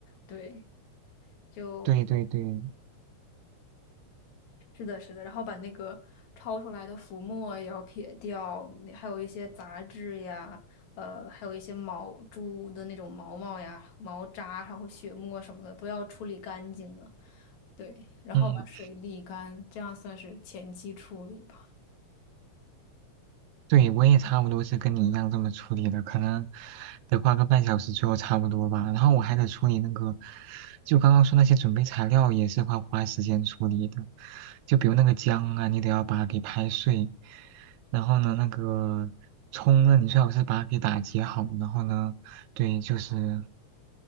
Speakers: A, on the left (about 75°); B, on the right (about 85°).
A: 对，就
B: 对对对。
A: 是的，是的，然后把那个焯出来的浮沫也要撇掉，那还有一些杂质呀，呃，还有一些毛猪的那种毛毛呀、毛渣，然后血沫什么的都要处理干净的。对，然后把水沥干，
B: 嗯，
A: 这样算是前期处理吧。
B: 对，我也差不多是跟你一样这么处理的，可能得花个半小时左右差不多吧。然后我还得处理那个，就刚刚说那些准备材料也是花花时间处理的，就比如那个姜啊，你得要把它给拍碎，然后呢，那个葱呢，你最好是把它给打结好，然后呢，对，就是